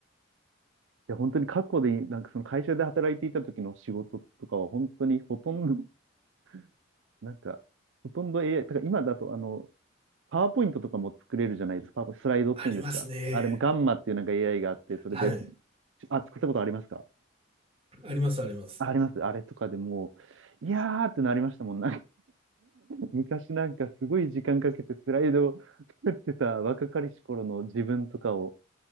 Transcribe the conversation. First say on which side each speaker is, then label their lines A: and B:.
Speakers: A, on the right (about 70°); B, on the right (about 30°).
A: いや、本当に過去で、なんかその会社で働いていた時の仕事とかは本当にほとんど、<laughs> なんか、ほとんど AI、だから今だとあの、パワーポイントとかも作れるじゃないですか。パワーポイント、スライドっていうんですか。
B: ありますね。
A: あれもガンマっていうなんか AI があって、それで、
B: はい。
A: あ、作ったことありますか
B: あります、あります。
A: ああります。あれとかでもう、いやーってなりましたもん。昔なんかすごい時間かけてスライドを作ってた若かりし頃の自分とかを、